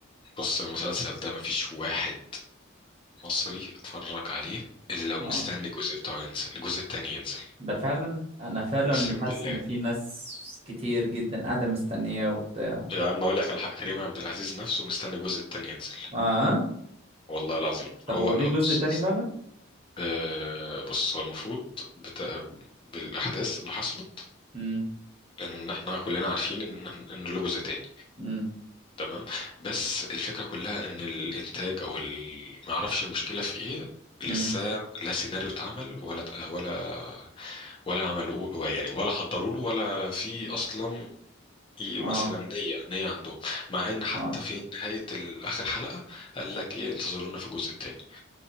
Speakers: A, on the left; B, on the right.
A: بص المسلسل ده مفيش واحد مصري اتفرج عليه الا ومستني
B: اه
A: الجزء بتاعه ينزل الجزء التاني ينزل
B: ده فعلا انا فعلا
A: اقسم
B: حاسس
A: بالله
B: ان في ناس كتير جدا قاعدة مستنية وبتاع
A: يا عم اقول لك على حق كريم عبد العزيز نفسه مستني الجزء التاني ينزل
B: اه
A: والله العظيم
B: طب
A: هو
B: هو ليه جزء
A: بص
B: تاني فعلا
A: آه بص هو المفروض بتا... بالاحداث اللي حصلت
B: امم
A: ان احنا كلنا عارفين ان ان له جزء تاني
B: امم
A: تمام بس الفكرة كلها ان الانتاج او ال... ما اعرفش المشكلة في ايه لسه
B: امم
A: لا سيناريو اتعمل ولا ولا ولا عملوه يعني ولا حضروا له ولا في اصلا ي-
B: اه
A: مثلا نية نية عندهم مع ان حتى
B: اه
A: في نهاية ال- اخر حلقة قال لك ايه انتظرونا في الجزء التاني